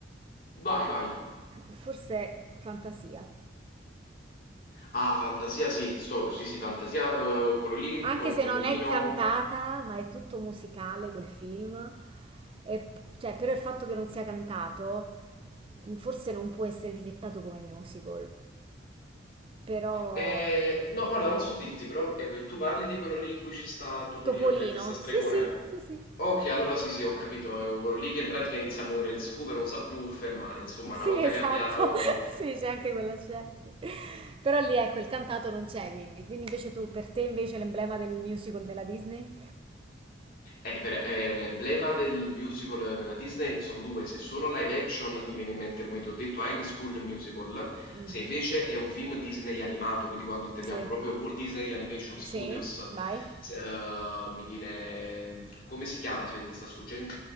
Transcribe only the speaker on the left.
Vai, vai.
Ah, Fantasia, sì, sto, sì, sì, Fantasia, eh, quello lì
con
Topolino...
Eh, no, guarda, non so dirti, però eh, tu parli di quello lì in cui ci sta Topolino
apprendista stregone?
Ok, allora sì, sì, ho capito. è Quello lì che in pratica inizia a muovere le scupe, non sa più fermare, insomma,
una volta
che ha avviato...
Eh, per- eh, l'emblema del musical nella Disney sono due, se sono live action mi viene in mente, come ti ho detto, High School Musical,
se invece è un film Disney animato, quindi quando intendiamo
proprio Walt Disney Animation Studios,
se- eh, mi viene... come si chiama? Aspetta, mi sta sfuggendo,